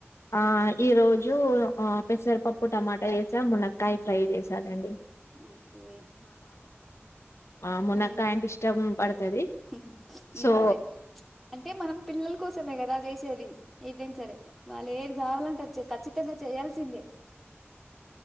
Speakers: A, on the left; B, in the centre.
A: ఆ ఈ రోజు ఉ పెసరపప్పు టమాట జేసామ్ మునక్కయ్ ఫ్రై జేసానండి.
B: మ్ ఏ
A: ఆ మునక్కాయ
B: మ్
A: అంటే ఇష్టం పడుతది
B: హు మ్
A: సో
B: అదె అంటే మనం పిల్లల్ కోసమే గదా జేసేది ఏదైన్ సరె. వాళ్ళేద్ కావాలంటె అద్ చేస్ ఖచ్చితంగ చేయాల్సిందె.